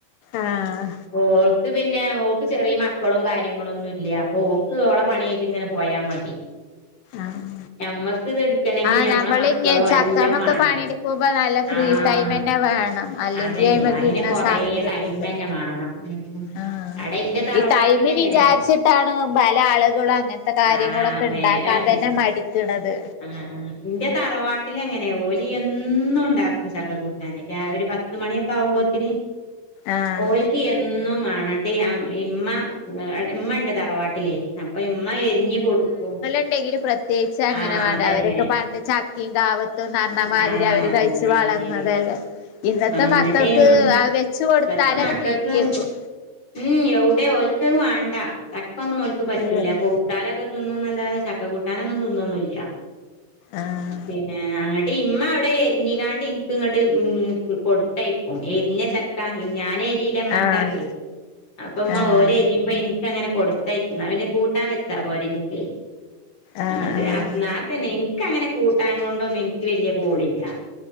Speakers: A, on the left; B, on the left.
A: ആഹ്
B: ഓൾക്ക് പിന്നെ ഓക്ക് ചെറിയ മക്കളും കാര്യങ്ങളൊന്നും ഇല്ലാ ഓക്ക് ഓളെ പണിയായിറ്റ്ങ്ങനെ പോയാ മതി
A: ആഹ്
B: ഞമ്മക്ക് ഇത് എടുക്കണെങ്കി
A: ആഹ്
B: ഞമ്മളെ
A: ഞമ്മള്
B: മക്കളും
A: ഇങ്ങ ചക്കാമെക്കെ
B: എല്ലാം മാണ്ടേ
A: പണിയെടുക്കുമ്പോ നല്ല ഫ്രീ
B: ആഹ്
A: ടൈമെന്നെ വേണം അല്ലെങ്കി
B: അതന്നെ
A: അയിമെക്കിരുന്നാ
B: അയിന് കൊറേ
A: സമയം കിട്ടൂല്ലാ
B: ടൈമന്നെ മാണം ഉം
A: ആഹ്
B: അടെ ഇന്റെ തറവാട്ടിലെങ്ങനെയാ
A: ഈ ടൈമ് വിചാരിച്ചിട്ടാണ് പല ആളുകളും അങ്ങൻത്തെ കാര്യങ്ങളൊക്കെ
B: ആഹ് നേരാണ്
A: ഇണ്ടാക്കാൻ തന്നെ മടിക്കണത്
B: ആഹ് ഇന്റെ തറവാട്ടിലങ്ങനെയാ ഓലി എന്നുണ്ടാക്കും ചക്ക കൂട്ടാന് രാവി ഒര് പത് പത്ത് മണിയൊക്കെ ആവുമ്പോത്തിന്
A: ആഹ്
B: ഓൽ ക്കി എന്നും മാണട്ട് ഇ അ ഇമ്മ ടെ ഇമ്മണ്ട് തറവാട്ടിലെ അപ്പ ഇമ്മ എരിഞ്ഞി കൊടുക്കും
A: ണ്ടെങ്കില് പ്രത്യേകിച്ച് അങ്ങനെ
B: ആഹ്
A: വേണ്ടെ
B: അതന്നെ
A: അവരൊക്കെ പണ്ട് ചക്കീം കാവത്ത് ത്ത്‌ന്നറഞ്ഞമാതിരി
B: ആഹ്
A: അവര് കഴിച്ച്
B: നേര്
A: വളർന്നതല്ലേ
B: നേര്
A: ഇന്നത്തെ
B: ആഹ്
A: മക്കക്ക്
B: ന്നിട്ട്
A: അത് വെച്ച് കൊടുത്താലാടെ
B: ഇപ്പത്തെ മക്കക്ക്
A: നീക്കി വെക്കും
B: ഉം എവിടെ ഓൽക്കത് വാണ്ട ചക്കൊന്നും ഓൽക്ക് പറ്റൂലാ
A: ഉം
B: പവുത്താലൊക്കെ തിന്നുന്നല്ലാതെ ചക്ക കൂട്ടാനൊന്നും തിന്നൊന്നുല്ലാ
A: ആഹ്
B: പിന്നെ അങ്ങട്ട് ട്ട് ഇമ്മ അവിടെ എരിഞ്ഞ്കാണ്ട് എനിക്ക് ഇങ്ങട്ട് ഉം കൊടുത്തയക്കും എരിഞ്ഞ ചക്ക ഞാനെ രിലമ്മക്കറിയേ
A: ആഹ്
B: അപ്പ ഉമ്മ
A: ആഹ്
B: ഓലെരിയുമ്പം ഇൻ ട്ടങ്ങനെ കൊടുത്തയക്കുന്നാ അത് പിന്നെ കൂട്ടാൻ വെച്ചാ പോരെ ഇൻക്ക്
A: ആഹ് ആഹ്
B: ഇന്നട്ട് അപ് ഇന്നാ തന്നെ ഇൻക്ക് അങ്ങനെ കൂട്ടാൻ കൊണ്ടൊന്നും ഇൻക്ക് വെല്യ കൂടില്ലാ